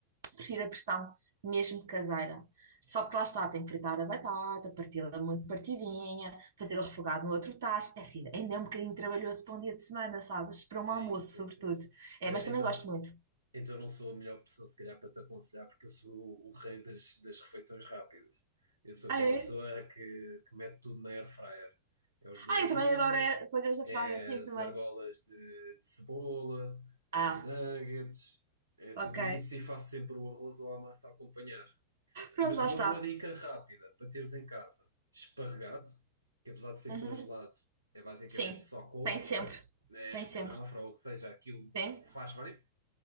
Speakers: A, on the right (about 60°); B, on the right (about 85°).
A: prefiro a versão mesmo caseira. Só que lá está, tem que fritar a batata, parti-la muito partidinha, fazer o refogado no outro tacho. É assim, ainda é um bocadinho trabalhoso para um dia de semana, sabes? Para um
B: Sim,
A: almoço,
B: sim,
A: sobretudo.
B: sim, sim.
A: É,
B: Pois
A: mas
B: é,
A: também
B: Então,
A: gosto muito.
B: Então não sou a melhor pessoa, se calhar, para te aconselhar, porque eu sou o, o rei das, das refeições rápidas. Eu sou
A: Ah,
B: aquela
A: é?
B: pessoa que, que mete tudo na air fryer. É os douradinhos,
A: Ah, eu também adoro é, coisas da
B: é
A: praia, assim
B: as
A: também.
B: argolas de, de cebola, é
A: Ah,
B: nuggets, é
A: ok.
B: tudo isso e faço sempre o arroz ou a massa a acompanhar.
A: Pronto,
B: Mas
A: lá
B: uma
A: está.
B: boa dica rápida para teres em casa: esparregado, que apesar de ser
A: Uhum.
B: congelado, é basicamente
A: Sim,
B: só couve,
A: tem sempre.
B: não é? É
A: Tem
B: espinafre
A: sempre.
B: ou o que seja, aquilo
A: Sim,
B: faz bem.